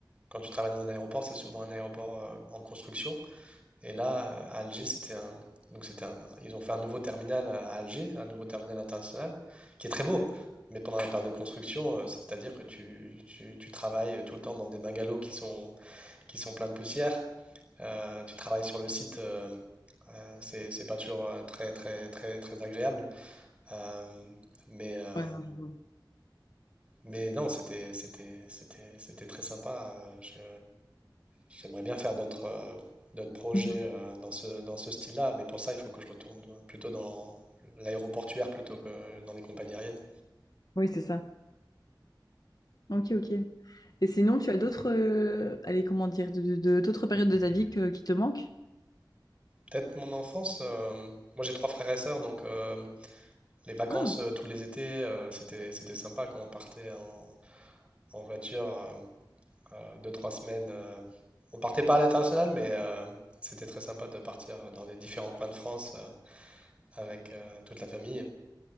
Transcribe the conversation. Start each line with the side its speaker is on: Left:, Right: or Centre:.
Right: quand tu travailles dans un aéroport, c'est souvent un aéroport euh, en construction. Et là, euh, à Alger, c'était un, donc c'était un- ils ont fait un nouveau terminal euh, à Alger, un nouveau terminal international, qui est très beau. Mais pendant la période de construction, euh, c'est-à-dire que tu, tu tu travailles tout le temps dans des bungalows qui sont qui sont pleins de poussière. Euh, tu travailles sur le site, euh, euh, c'est c'est pas toujours euh, très très très très agréable. Euh, mais euh,
Left: ouais, non, je vois.
Right: mais non, c'était c'était c'était c'était très sympa. Euh, je- j'aimerais bien faire d'autres euh, d'autres projets
Left: Mhm.
Right: euh, dans ce dans ce style-là, mais pour ça, il faut que je retourne plutôt dans l'aéroportuaire plutôt que dans les compagnies aériennes.
Left: Oui, c'est ça. Ok, ok. Et sinon, tu as d'autres, euh, allez, comment dire, de, de- de- d'autres périodes de ta vie que- qui te manquent?
Right: Peut-être mon enfance. euh, moi, j'ai trois frères et sœurs, donc euh, les vacances
Left: Ah,
Right: euh, tous les étés, euh, c'était c'était sympa quand on partait en en voiture. euh, euh, deux, trois semaines. euh, on partait pas à l'international, mais euh, c'était très sympa de partir dans les différents coins de France euh, avec euh, toute la famille.